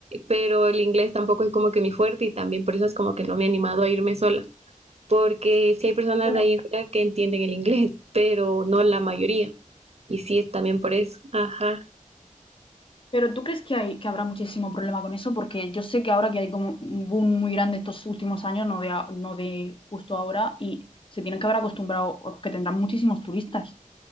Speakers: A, on the right (about 50°); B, on the left (about 40°).
A: pero el inglés tampoco es como que mi fuerte y también por eso es como que no me he animado a irme sola, porque sí hay personas
B: Bueno,
A: de ahí en Corea que entienden el inglés, pero no la mayoría, y sí es también por eso, ajá.
B: pero ¿tú crees que hay, que habrá muchísimo problema con eso? Porque yo sé que ahora que hay como un boom muy grande estos últimos años, no de, a- no de justo ahora, y se tienen que haber acostumbrado, o que tendrán muchísimos turistas.